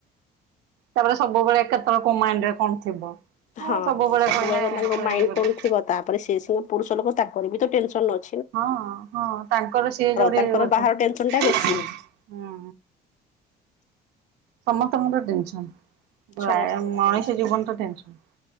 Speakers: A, on the right; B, on the left.
A: ତାପରେ ସବୁବେଳେ କେତେବେଳେ କୋଉ ମାଇଣ୍ଡରେ କଣ ଥିବ। ମୁଁ
B: ହଁ ସବୁବେଳେ
A: କହିଲେ
B: ତାଙ୍କ
A: ପୁରା
B: ମାଇଣ୍ଡ
A: ଇଏ କରିବି।
B: କଣ ଥିବ। ତାପରେ ସିଏ ସବୁ ପୁରୁଷ ଲୋକ ତାଙ୍କର ବି ତ ଟେନସନ ଅଛ
A: ହଁ ହଁ ତାଙ୍କର ସିଏ ଯୋଉଠି
B: ତାଙ୍କର
A: ଅଛ
B: ବାହାର ଟେନସନ
A: ହଁ।
B: ଟା ବେଶୀ
A: ସମସ୍ତଙ୍କର ଟେନସନ୍। ପ୍ରାୟ
B: ସମସ୍ତଙ୍କ
A: ମଣିଷ
B: ଟେନସନ।
A: ଜୀବନ ତ ଟେନସନ।